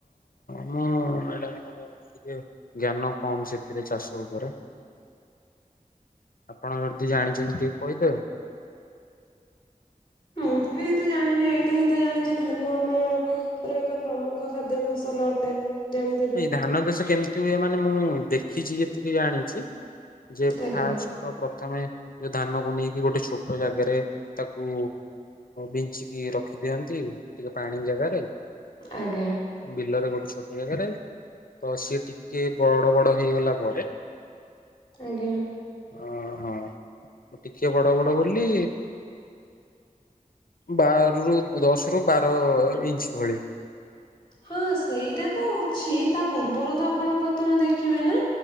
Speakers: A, on the left (about 80°); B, on the left (about 35°).
A: ମୁଁ ମ୍ୟାଡାମ୍ ମୋର ଜ୍ଞାନ କମ୍ ସେଥିରେ ଚାଷ ଉପରେ।
B: <inaudible>
A: ଆପଣ ଯଦି ଜାଣିଛନ୍ତି ଟିକେ କହିଦେବେ?
B: ହୁଁ ମୁ ବି ଏତେ ଜାଣିନି ଏଇଟା ହିଁ ତ ଜାଣିଛି ଧାନ ଆମର ଏକ ପ୍ରମୁଖ ଖାଦ୍ୟ ଫସଲ ଅଟେ। ଜାଣିଥିବେ
A: ଏଇ ଧାନ ଚାଷ କେମିତି ହୁଏ ମାନେ ମୁଁ ଦେଖିଛି ଯେତିକି ଜାଣିଛି। ଯେ
B: ଆଜ୍ଞା
A: ଫାଷ୍ଟ୍ ତ ପ୍ରଥମେ ଯୋଉ ଧାନକୁ ନେଇକି ଗୋଟେ ଛୋଟ ଜାଗାରେ ତାକୁ ବିଞ୍ଚିକି ରଖିଦିଅନ୍ତି। ଟିକେ ପାଣି ଜାଗାରେ
B: ଆଜ୍ଞା
A: ବିଲରେ ଗୋଟେ ଛୋଟ ଜାଗାରେ ତ ସିଏ ଟିକେ ବଡ଼ ବଡ଼ ହେଇଗଲା ପରେ
B: ଆଜ୍ଞା।
A: ଓହୋ ଟିକେ ବଡ଼ ବଡ଼ ବୋଲି ବାର ରୁ ଦଶ ରୁ ବାର ଇଞ୍ଚ୍ ଭଳି
B: ହଁ ସେଇଟା ତ ଅଛି ତା ପୂର୍ବରୁ ତ ଆପଣ ପ୍ରଥମେ ଦେଖିବେ ନା